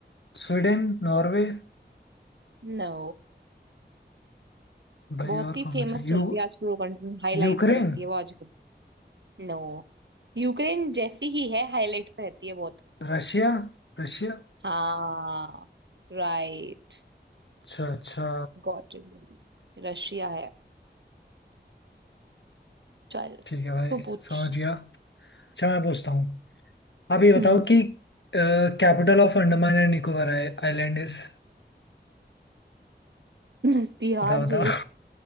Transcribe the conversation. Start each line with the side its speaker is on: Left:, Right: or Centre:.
Left: Sweden Norway
Right: नो
Left: भाई
Right: बहुत
Left: और
Right: ही
Left: कौन
Right: फेमस
Left: बचा यू
Right: चल रही है आजकल वो कंट्री हाईलाइट
Left: यूक्रेन
Right: पे रहती है वो आजकल नो यूक्रेन जैसी ही है हाईलाइट पे रहती है बहुत
Left: Russia Russia
Right: हाँ राइट
Left: अच्छा अच्छा
Right: Got it रशिया है चल
Left: ठीक है भाई
Right: तू पूछ
Left: समझ गया अच्छा मैं पूछता हूँ आप ये
Right: हम्म
Left: बताओ कि capital of Andaman and Nicobar island is
Right: <laughs> तिहाड़
Left: बता बताओ
Right: जेल